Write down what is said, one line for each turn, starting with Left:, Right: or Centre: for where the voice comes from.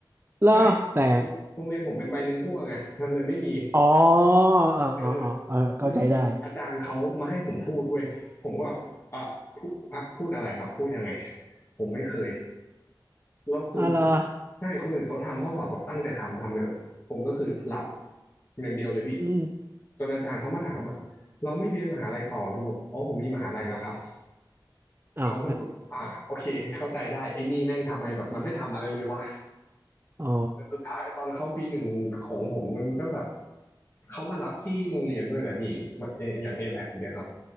Right: เหรอแปลก
Left: ใช่โรงเรียนผมเป็นไบลิงกัวไงมันเลยไม่มี
Right: อ๋อเออเออเออเออเข้าใจได้
Left: เออแล้วอยู่ดีอาจารย์เขามาให้ผมพูดเว้ยผมก็แบบอ่ะพูดอ่ะพูดอะไรครับพูดยังไงผมไม่เคย แล้วคือผม
Right: อะไรอ
Left: ใช่คนอื่นเขาทำข้อสอบแบบตั้งใจทำทำไปเถอะผมก็คือหลับอย่างเดียวเลยพี่
Right: อืม
Left: จนอาจารย์เขามาถามแบบเราไม่เรียนมหาลัยต่อแล้วผมบอกอ๋อผมมีมหาลัยแล้วครับ
Right: อ้าว
Left: เขาก็เลยแบบอ่าโอเคเข้าใจได้ไอ้นี่แม่งทำไมแบบมันไม่ทำอะไรเลยวะ
Right: <laughs> อ๋อ
Left: แต่สุดท้ายตอนเขาปีหนึ่งของผมมันก็แบบเขามารับที่โรงเรียนด้วยแหละพี่มาเออย่างเอแบกเงี้ยครับ